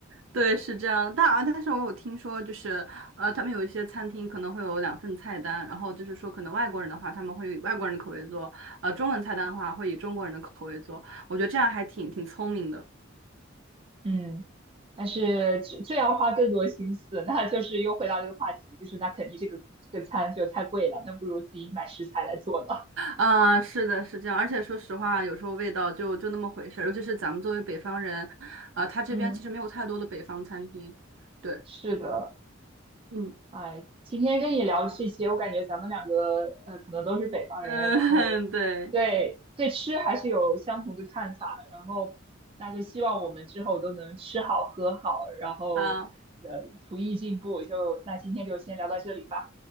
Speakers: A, on the right; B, on the right.
A: 对，是这样的，但啊，但是我有听说，就是呃，他们有一些餐厅可能会有两份菜单，然后就是说，可能外国人的话，他们会以外国人的口味做，呃，中文菜单的话会以中国人的口味做，我觉得这样还挺挺聪明的。
B: 嗯，但是这这要花更多心思，那就是又回到这个话题，就是那肯定这个这个餐就太贵了，那不如自己买食材来做呢。
A: 啊、是的，是这样，而且说实话，有时候味道就就那么回事儿，尤其是咱们作为北方人，啊、他这边其实没有太多的北方餐厅。
B: 嗯 <laughs>
A: 对，
B: 是的，
A: 嗯
B: 哎，今天跟你聊这些，我感觉咱们两个呃可能都是北方人，
A: 嗯，
B: 然后
A: <laughs> 对，
B: 对对吃还是有相同的看法，然后那就希望我们之后都能吃好喝好，然后呃厨艺进步，
A: 好
B: 就那今天就先聊到这里吧，